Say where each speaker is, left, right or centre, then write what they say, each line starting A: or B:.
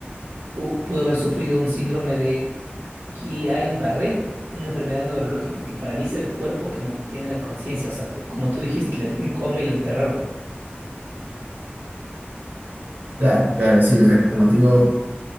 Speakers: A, on the right; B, on the right.
A: u- pudo haber sufrido un síndrome de Guillain-Barré, una enfermedad neurológica que paraliza el cuerpo que mantiene la conciencia. O sea, te- como tú dijiste, le dio un coma y lo enterraron.
B: Claro, claro, sí, o sea, como te digo,